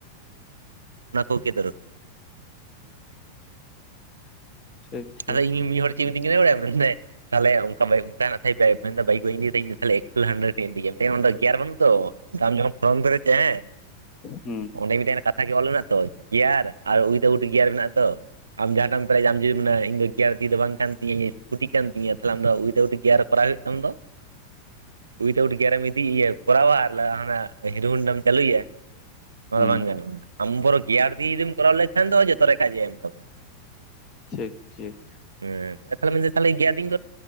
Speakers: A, on the right; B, on the left.
A: ᱚᱱᱟ ᱠᱚᱜᱮ ᱫᱚᱨᱠᱟᱨᱟᱭ᱾
B: ᱴᱷᱤᱠ ᱴᱷᱤᱠ
A: ᱟᱫᱚ ᱤᱧ ᱢᱤᱜ ᱦᱚᱲ ᱪᱮᱜ ᱢᱤᱛᱤᱧ ᱠᱟᱱᱟ ᱵᱟᱲᱟᱭᱟᱢ ᱢᱮᱱᱫᱟᱭ ᱛᱟᱦᱚᱞᱮ ᱚᱱᱠᱟ ᱵᱟᱭᱤᱠ ᱚᱱᱠᱟ <unintelligible> ᱢᱮᱱᱫᱟᱭ ᱵᱟᱭᱤᱠ ᱵᱟᱹᱧ ᱤᱫᱤᱭ ᱫᱟ᱾ ᱤᱧ ᱫᱚ ᱮᱠᱥᱮᱞ ᱦᱟᱱᱰᱨᱮᱰ ᱤᱧ ᱤᱫᱤᱭᱟ ᱢᱮᱛᱟᱭ ᱠᱟᱹᱱᱟᱹᱧ ᱚᱱᱟ ᱫᱚ ᱜᱮᱭᱟᱨ ᱵᱟᱱᱩᱜ ᱫᱚ ᱟᱢ ᱡᱚᱠᱷᱚᱱ ᱫᱷᱚᱨᱚᱢ ᱮᱢ ᱯᱮ ᱪᱟ ᱦᱮᱸ
B: ᱦᱩᱸ
A: ᱚᱸᱰᱮ ᱢᱤᱛᱟᱭ ᱠᱟᱱᱟ ᱠᱟᱛ ᱚᱱᱟ ᱜᱮ ᱚᱞ ᱢᱮᱱᱟᱜ ᱛᱚ ᱜᱤᱭᱟᱨ ᱟᱨ ᱩᱭᱤᱛᱷ ᱫᱟᱣᱩᱴ ᱜᱮᱤᱭᱟᱨ ᱢᱮᱱᱟᱜ-ᱟ ᱛᱚ᱾ ᱟᱢ ᱡᱟᱦᱟᱸᱴᱟᱢ ᱯᱮᱨᱮᱡᱟ ᱟᱢ ᱡᱩᱫᱤ ᱢᱮᱱᱟ ᱤᱧ ᱫᱚ ᱜᱮᱭᱟᱨ ᱫᱤ ᱫᱚ ᱵᱟᱝ ᱠᱟᱱ ᱛᱤᱧᱟᱹ ᱥᱠᱩᱴᱤ ᱠᱟᱱ ᱛᱤᱧᱟ ᱛᱟᱦᱞᱮ ᱟᱢ ᱫᱚ ᱩᱭᱤᱛᱷ ᱟᱣᱩᱴ ᱜᱮᱭᱟᱨ ᱠᱚᱨᱟᱣ ᱜᱮ ᱦᱩᱭᱩᱜ ᱛᱟᱢ ᱫᱚ᱾ ᱩᱭᱤᱛᱷ ᱟᱣᱩᱴ ᱜᱮᱭᱟᱨᱮᱢ ᱤᱫᱤ ᱤᱭᱟᱹ ᱠᱚᱨᱟᱣᱟ ᱟᱨ ᱦᱟᱱᱟ ᱦᱤᱨᱳ ᱦᱩᱱᱰᱟᱢ ᱪᱟᱹᱞᱩᱭᱟ᱾ ᱱᱚᱣᱟ
B: ᱦᱩᱸ
A: ᱫᱚ ᱵᱟᱝ ᱜᱟᱱᱚᱜᱼᱟ᱾ ᱟᱢ ᱵᱚᱨᱚ ᱜᱮᱭᱟᱨ ᱫᱤᱭᱮ ᱡᱩᱫᱤᱢ ᱠᱚᱨᱟᱣ ᱞᱮᱠᱷᱟᱱ ᱫᱚ ᱡᱚᱛᱚ ᱨᱮ ᱠᱟᱡᱮ ᱮᱢ ᱛᱟᱢᱟ᱾
B: ᱴᱷᱤᱠ ᱴᱷᱤᱠ᱾
A: ᱦᱮᱸ ᱛᱟᱦᱚᱞᱮ ᱢᱮᱱᱫᱤᱧ ᱛᱟᱦᱚᱞᱮ ᱜᱮᱭᱟᱨ ᱫᱤᱭᱮᱧ